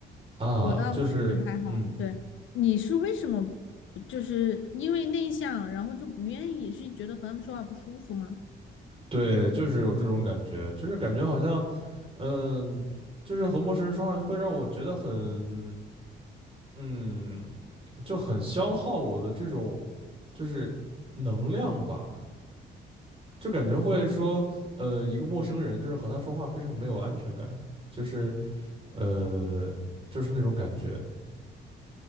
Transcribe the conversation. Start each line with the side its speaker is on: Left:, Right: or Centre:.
Right: 啊，
Left: 我倒是还好。
Right: 就是。嗯。
Left: 对，你是为什么就是因为内向，然后就不愿意，是觉得和他们说话不舒服吗？
Right: 对，就是有这种感觉，就是感觉好像，嗯，就是和陌生人说话就会让我觉得很，嗯，就很消耗我的这种就是能量吧，就感觉会说，呃，一个陌生人就是和他说话非常没有安全感，就是呃，就是那种感觉，